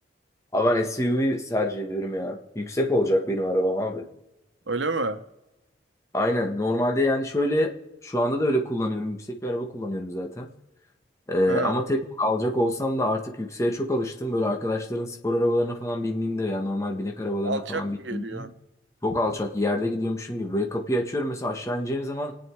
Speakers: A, on the left; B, on the right.
A: Abi ben SUV tercih ediyorum ya. Yüksek olacak benim arabam abi.
B: Öyle mi?
A: Aynen. Normalde yani şöyle şu anda da öyle kullanıyorum. Yüksek bir araba kullanıyorum zaten. Ee,
B: He,
A: ama tek alacak olsam da artık yükseğe çok alıştım. Böyle arkadaşların spor arabalarına falan bindiğimde ya normal binek arabalarına
B: alçak
A: falan bindiğimde
B: mı geliyor?
A: çok alçak yerde gidiyormuşum gibi. Böyle kapıyı açıyorum mesela aşağı ineceğim zaman